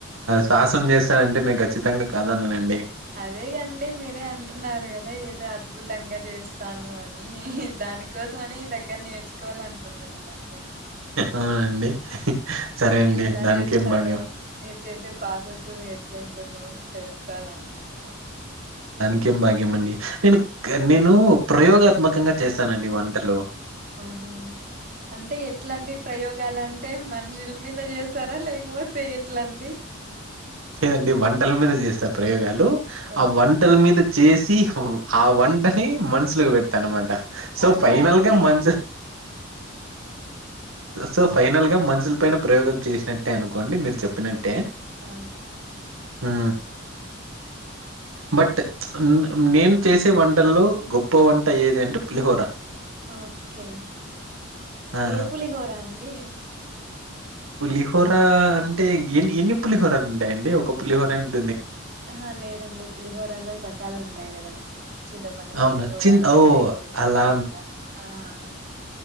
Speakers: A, on the right; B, on the right.
A: సాహసం చేస్తనంటే నేను ఖచ్చితంగా కాదాన్నానండి
B: అదేగండి మీరే అంటున్నారు కదా ఏదో అద్భుతంగా చేస్త ఇస్తాను అని దానికోసం అని దగ్గర నేర్చుకోవాల అనుకుంటున్నానండి
A: అవునండి. సరే
B: మీరు
A: అండి.
B: ఎలా
A: దానికేం
B: చేస్తారు
A: భాగ్యం.
B: మీరు చేసే ప్రాసెస్ ఎట్లుంటుందో తెలుసుకోవాల అనుకుంటున్నాండి
A: ము్యం భాగ్యం అండి నేను నేను ప్రయోగాత్మకంగా చేస్తానండి వంటలు
B: ఆహా అంటే ఎట్లాంటి ప్రయోగాలుంటే మనుషుల మీద చేస్తారా లేకపోతే ఎట్లాండి
A: లేదండి వంటల మీద చేస్తే ప్రయోగాలు
B: ఓకే
A: ఆ వంటల మీద చేసి ఆ వంటని మనుషులకి పెడత తనమాట సో
B: అదే
A: ఫైనల్గా
B: అండి
A: మంచు సో ఫైనల్ గా మనుషుల పైన ప్రయోగం చేసినట్టే అనుకోండి మీరు చెప్పినట్టే
B: ఆ
A: ఆ బట్ నేను చేసే వంటల్లో గొప్ప వంట ఏది అంటే పులిహోర
B: ఓకే
A: ఆ!
B: ఏ పులిహోరా అండి
A: పులిహోర అంటే ఎన్ని ఎన్ని పులిహోరలు ఉంటాయండి ఒక పులిహోర అంట
B: ఆ లేదండి పులిహోరాలో రకాలు ఉంటాయి కదండి చింతపండు
A: అవును.
B: పులిహోరా
A: చిన్
B: నిమ్మకాయ
A: ఓ!
B: పులిహోరా
A: అలా
B: అట్లా ఆనండి